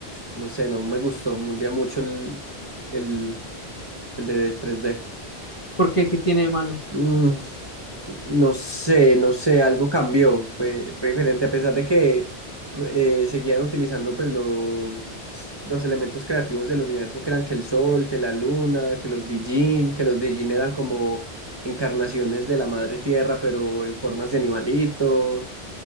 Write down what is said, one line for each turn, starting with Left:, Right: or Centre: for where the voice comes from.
Right: no sé, no me gustó mu- ya mucho el, el, el de tres d
Left: ¿Por qué? ¿Qué tiene de malo?
Right: Mm, no sé, no sé, algo cambió, fue, fue diferente, a pesar de que p- eh, seguían utilizando pues los, los elementos creativos del universo, que eran que el sol, que la luna, que los Dijin, que los Dijin eran como encarnaciones de la madre tierra, pero en formas de animalitos,